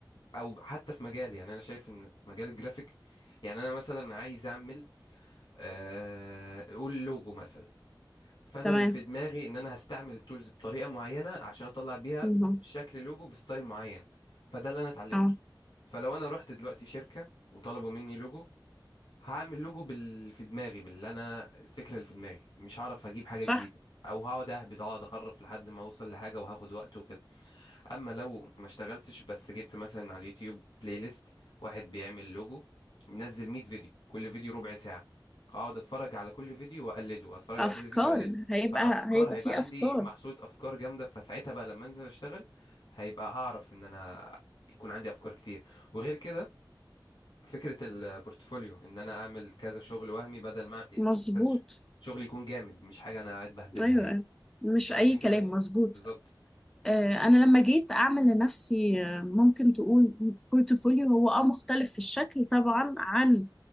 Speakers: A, on the left; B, in the centre.
A: او حتى في مجالي يعني انا شايف ان مجال الجرافيك يعني انا مثلا عايز اعمل آه، قول لوجو مثلا فانا
B: تمام
A: اللي في دماغي ان انا هستعمل التولز بطريقه معينه عشان اطلع بيها
B: م -م.
A: شكل لوجو بستايل معين فده اللي انا اتعلمته
B: اه
A: فلو انا رحت دلوقتي شركه وطلبوا مني لوجو هعمل لوجو بال في دماغي باللي انا الفكره اللي في دماغي مش هعرف اجيب حاجه
B: صح
A: جديده او هقعد اهبد اقعد اخرف لحد ما اوصل لحاجه وهاخد وقت وكده اما لو ما اشتغلتش بس جبت مثلا على اليوتيوب بلاي ليست واحد بيعمل لوجو منزل 100 فيديو كل فيديو ربع ساعة اقعد اتفرج على كل فيديو واقلده اتفرج
B: افكار
A: على كل فيديو واقلده
B: هيبقى
A: فافكار
B: هيبقى
A: هيبقى
B: في
A: عندي
B: افكار
A: محصولة افكار جامدة فساعتها بقى لما انزل اشتغل هيبقى هعرف ان انا يكون عندي افكار كتير وغير كده فكرة البورتفوليو ان انا اعمل كذا شغل وهمي بدل ما أعمل- يعني
B: مظبوط
A: كذا ش- شغل يكون جامد مش حاجة انا قاعد بهبدها
B: ايوه
A: يعني
B: أيوة. مش
A: فعلشان
B: اي
A: كده
B: كلام
A: يعني
B: مظبوط
A: بالظبط
B: آه، انا لما جيت اعمل لنفسي آه، ممكن تقول بورتفوليو هو اه مختلف في الشكل طبعا عن